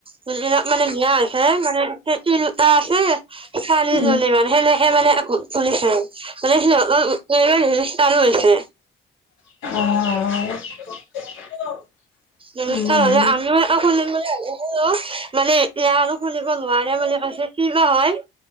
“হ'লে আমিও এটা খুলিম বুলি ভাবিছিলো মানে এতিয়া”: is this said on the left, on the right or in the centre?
Right